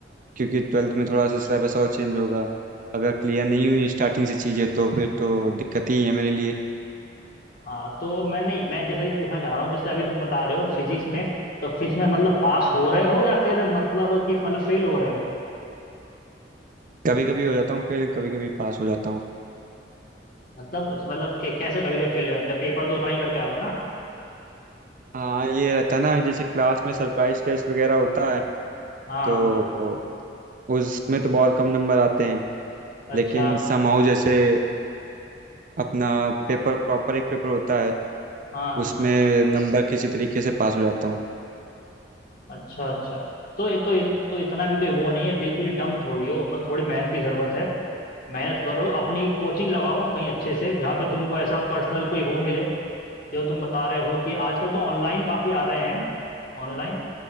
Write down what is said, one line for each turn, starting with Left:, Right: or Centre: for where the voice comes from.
Right: क्योंकि ट्वेल्थ
Left: अच्छा,
Right: में थोड़ा सा सिलेबस और चेंज होगा अगर क्लियर नहीं हुई स्टार्टिंग से चीज़ें तो फिर तो
Left: हम्म,
Right: दिक्कत ही है मेरे लिए
Left: हाँ तो मैंने मैं जैसे ही पूछना चाह रहा हूँ जैसे अभी तुम बता रहे हो फिजिक्स में तो फिजिक्स में मतलब पास हो रहे हो या फिर मतलब कि मतलब फेल हो रहे हो
Right: कभी कभी हो जाता हूँ फिर कभी कभी पास हो जाता हूँ
Left: मतलब मतलब कि कैसे कभी कभी फेल हो जाते हैं पेपर तो उतना ही करके आओ ना
Right: हाँ ये रहता है ना जैसे क्लास में सरप्राइज टेस्ट वगैरह होता है
Left: हाँ
Right: तो उसमें तो बहुत कम नंबर आते हैं
Left: अच्छा
Right: लेकिन समहाउ जैसे अपना पेपर प्रॉपर एक पेपर होता है
Left: हाँ
Right: उसमें नंबर किसी तरीके से पास हो जाता हूँ
Left: अच्छा अच्छा तो तो तो इतना भी कोई वो नहीं है बिल्कुल ही डम थोड़ी हो बस थोड़ी मेहनत की जरूरत है मेहनत करो अपनी कोचिंग लगाओ कहीं अच्छे से जहाँ पे तुमको ऐसा पर्सनल कोई वो मिले जो तुम बता रहे हो कि आजकल तो ऑनलाइन काफ़ी आ रहे हैं ऑनलाइन